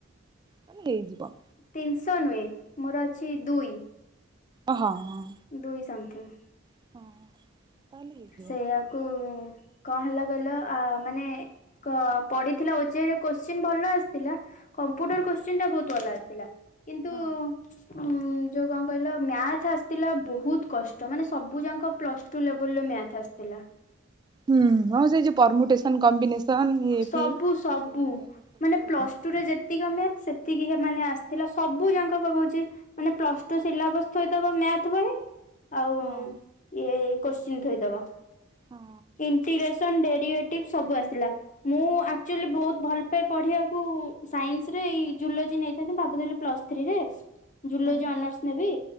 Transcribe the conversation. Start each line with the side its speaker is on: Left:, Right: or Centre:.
Right: ମାନେ ହେଇଯିବ।
Left: ତିନିଶହ ନୁହେଁ ମୋର ଅଛି ଦୁଇ।
Right: ଓହୋ, ହଁ।
Left: ଦୁଇ ସମଥିଙ୍ଗ୍।
Right: ହଁ। ତାହେଲେ ହେଇଯିବ।
Left: ସେୟାକୁ କଣ ହେଲା କହିଲ ମାନେ କ ପଡ଼ିଥିଲା ଓ ଜେ ଇ ର କୋଶ୍ଚିନ ଭଲ ଆସିଥିଲା। କମ୍ପ୍ୟୁଟର କୋଶ୍ଚିନ୍ ଟା ବହୁତ ଭଲ ଆସିଥିଲା କିନ୍ତୁ
Right: ହଁ
Left: ହଁ। ଉ ଯୋଉ କଣ କହିଲ ମ୍ୟାଥ ଆସିଥିଲା ବହୁତ କଷ୍ଟ ମାନେ ସବୁ ଯାକ ପ୍ଲସ୍ ଟୁ ଲେ ବୁଲ ମ୍ୟାଥ ଆସିଥିଲା।
Right: ହୁଁ ହ ସେଇ ଯୋଉ ପର୍ମୁଟେସନ କମ୍ବିନେସନ। ଇଏ
Left: ସବୁ
Right: ଫିଏ
Left: ସବୁ
Right: ସେଇଗୁଡାକ ସବୁ
Left: ମାନେ ପ୍ଲସ୍‌ଟୁରେ
Right: ଆଉ।
Left: ଯେତ୍‌ ଏତିକ ମ୍ୟାଥ୍ ସେତିକି ମାନେ ଆସିଥିଲା ସବୁ ଜାଙ୍କ ପା କଉଛି। ମାନେ ପ୍ଲସ୍‌ଟୁ ସିଲାବସ୍‌ ଥୋଇଦବ ମ୍ୟାଥ୍ ବହି। ଆଉ
Right: ହଁ
Left: ଇଏ କଶ୍ଚିନ୍ ଥୋଇଦବ
Right: ହଁ
Left: ଇଣ୍ଟିଗ୍ରେସନ ଡ଼େ ଡିଏଟିଭ୍ ସବୁଆସିଥିଲା ମୁ ଆକଟୁଆଳି ବହୁତ୍‌ ଭଲ ପଢିବାକୁ ସାଇନ୍ସ ରେ ଜୁଲୋଜି ନେଇଥାନ୍ତି ଭାବୁଥିଲି ପ୍ଲସଥ୍ରୀରେ। ଜୁଲୋଜି
Right: ହୁଁ
Left: ଅନର୍ସ ନେବି